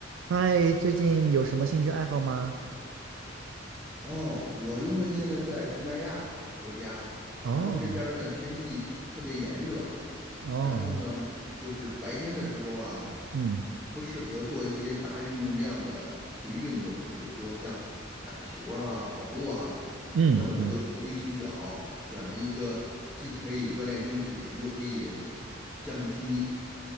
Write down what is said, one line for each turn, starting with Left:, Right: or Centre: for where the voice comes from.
Right: 嗨，最近有什么兴趣爱好吗？
Centre: 哦，我因为现在在东南亚国家，
Right: 哦，
Centre: 然后这边儿的天气特别炎热，
Right: 哦，
Centre: 然后呢，就是白天的时候啊，
Right: 嗯
Centre: 不适合做一些大运动量的体育运动，比如说像打球儿啊、跑步啊，
Right: 嗯嗯
Centre: 那我就投机取巧，选了一个既可以锻炼身体，又可以降低